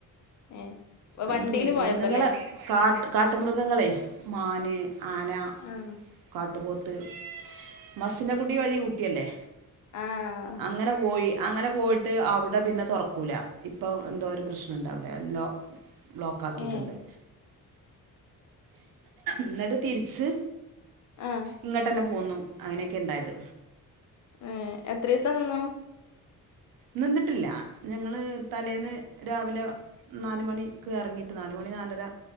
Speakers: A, on the left; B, on the right.
A: ഏഹ്
B: അങ്ങട്ട്
A: വണ്ടീല്
B: പോയിട്ടില്ല
A: പോയപ്പല്ലേ
B: മൃഗങ്ങള് കാട്ട് കാട്ട്മൃഗങ്ങളെ മാന് ആന കാ
A: ആഹ്
B: കാട്ടുപോത്ത് മസ്സിനകുടി വഴി ഊട്ടിയല്ലേ?
A: ആഹ്
B: അങ്ങനെ പോയി അങ്ങനെ പോയിട്ട് ട്ട് അവിടെ പിന്നെ തൊറക്കൂല ഇപ്പൊ എന്തോ ഒരു പ്രശ്നുണ്ടവിടെ എന്തോ ബ്ലോക്ക് ആക്കീട്ടുണ്ട്
A: ഏഹ്
B: എന്നിട്ട് തിരിച്ച്
A: ആഹ്
B: ഇങ്ങോട്ടന്നെ പോന്നു അങ്ങനെക്കെണ്ടായത്
A: ഉഏ എത്രസം നിന്നു
B: നിന്നിട്ടില്ല ഞങ്ങള്തലേന്ന് രാവിലെ നാല്മണിക്ക് എറങ്ങിട്ട് നാലുമണി നാലര